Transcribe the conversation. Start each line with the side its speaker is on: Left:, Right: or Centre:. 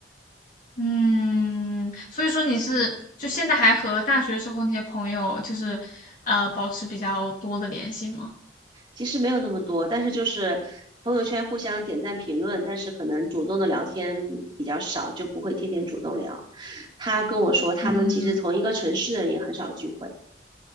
Left: 嗯，所以说你是就现在还和大学时候那些朋友，就是呃保持比较多的联系吗？
Right: 其实没有那么多，但是就是朋友圈互相点赞评论，但是可能主动的聊天比较少，就不会天天主动聊。他跟我说，他们其实同一个城市的人也很少聚会。
Left: 嗯